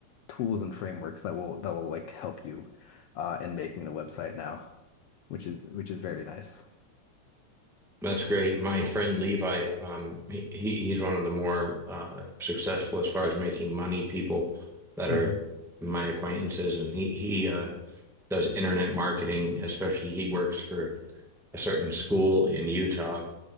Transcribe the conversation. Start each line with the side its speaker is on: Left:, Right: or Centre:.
Left: tools and frameworks that will that will like help you uh in making a website now, which is which is very nice.
Centre: That's great. My friend Levi, um, he he's one of the more uh, successful as far as making money people that
Left: hmm
Centre: are my acquaintances, and he he uh, does internet marketing. Especially, he works for a certain school in Utah.